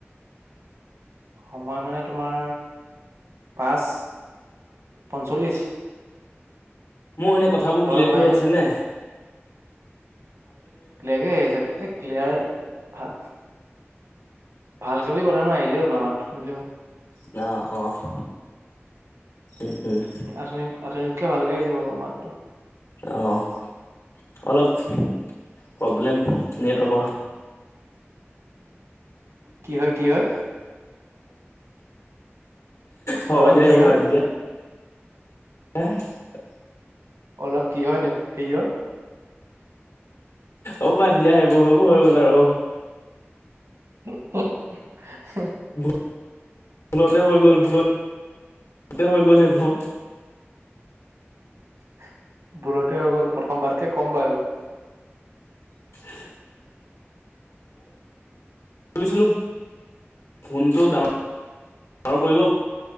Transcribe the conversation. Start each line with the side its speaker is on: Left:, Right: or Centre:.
Right: সময় মানে তোমাৰ পাঁচ পঞ্চল্লিশ।
Left: মোৰ এনেই কথাবোৰ ক্লেয়াৰ
Right: হোৱাই
Left: গৈ আছেনে।
Right: নাই বেলেগে আহি আছে এক। ক্লিয়াৰ ভাল ভালকে বুলি কথা নাই আহিলে হ'ল, মাত শুনিলেই হ'ল।
Left: অ', -অ' উম উম
Right: শুনি <unintelligible> কিয় <unintelligible> <unintelligible> মাত্ৰ
Left: অ', অলপ প্ৰব্লেম নেটৱৰ্কৰ।
Right: কি হয়, কি হয়,
Left: হ'ব
Right: অলপ
Left: দিয়া
Right: কি
Left: সেইবোৰ
Right: হয়।
Left: বাদ দিয়া <unintelligible>
Right: অলপ কি হয় নেট হেৰিয়ৰ।
Left: অ', বাদ দিয়া সেইবোৰ হৈ গ'ল আৰু।
Right: <inaudible> <unintelligible>
Left: ভুলতে হৈ গ'ল, ভুলত ভুলতে হৈ গ'ল সেইবোৰ।
Right: <inaudible> ভুলতে হৈ গ'ল প্ৰথমবাৰকে ক'ম বাৰু এইবাৰ। <inaudible>
Left: <inaudible> ভাবিছিলোঁ ফোনটো ডাঙৰ, ডাঙৰ কৰিব